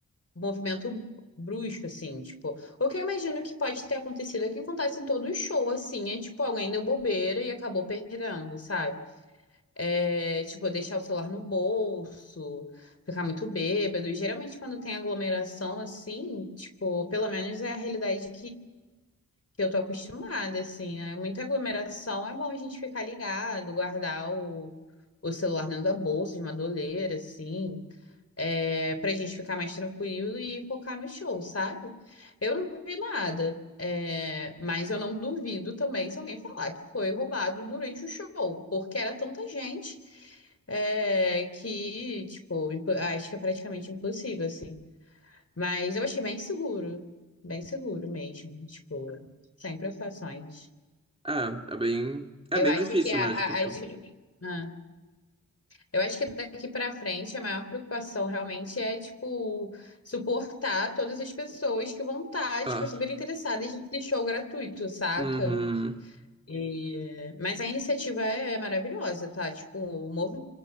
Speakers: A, on the left; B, on the right.
A: movimento brusco assim, tipo, o que eu imagino que pode ter acontecido é que acontece em todo show assim, é tipo, alguém deu bobeira e acabou perdendo, sabe? É, tipo, deixar o celular no bolso, ficar muito bêbado. E, Geralmente quando tem aglomeração assim, tipo, pelo menos é a realidade que eu tô acostumada, assim. É muita aglomeração, é bom a gente ficar ligado, guardar o, o celular dentro da bolsa, de uma doleira, assim, é, pra gente ficar mais tranquilo e focar no show, sabe? Eu não vi nada, é, mas eu não duvido também se alguém falar que foi roubado durante o show, porque era tanta gente. é, que, tipo, impo- ah, acho que é praticamente impossível, assim. Mas eu achei bem seguro, bem seguro mesmo, tipo, sem preocupações.
B: É, é bem, é
A: Eu
B: bem
A: acho
B: difícil,
A: que a,
B: né,
A: a-
B: de controlar.
A: as- ah, eu acho que daqui para frente a maior preocupação realmente é, tipo, suportar todas as pessoas que vão estar,
B: É.
A: tipo, super interessadas nesse show gratuito, saca?
B: Uhum.
A: E- Mas a iniciativa é é maravilhosa, tá? Tipo, movendo